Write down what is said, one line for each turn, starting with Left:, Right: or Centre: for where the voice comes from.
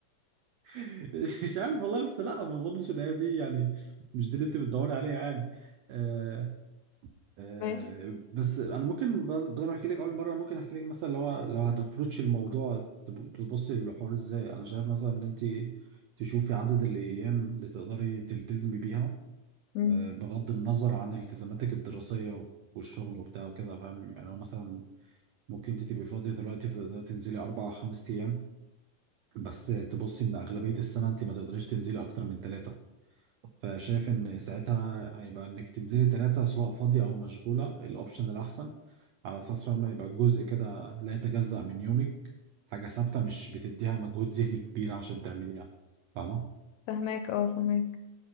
Right: <laughs> مش عارف والله بس لا ما أظنش إن هي دي يعني مش دي اللي أنت بتدوري عليها يعني آه، آه،
Left: <laughs> ماشي
Right: بس انا ممكن ب- بدل ما احكي لك اول مره ممكن احكي لك مثلا لو لو هتابروتش الموضوع تب- تبصي للحوار ازاي انا شايف مثلا ان انت تشوفي عدد الايام اللي تقدري تلتزمي بيها
Left: مم.
Right: آه، بغض النظر عن التزاماتك الدراسيه والشغل وبتاع وكده فاهم يعني هو مثلا ممكن انت تبقي فاضيه دلوقتي فتقدري تنزلي اربع او خمس ايام بس تبصي ان اغلبيه السنه انت ما تقدريش تنزلي اكتر من ثلاثه فشايف ان ساعتها هيبقى انك تنزلي ثلاثة سواء فاضية او مشغولة الاوبشن الاحسن على اساس فاهمة يبقى جزء كده لا يتجزأ من يومك حاجة ثابتة مش بتديها مجهود ذهني كبير عشان تعمليها فاهمة
Left: فهماك اه فهماك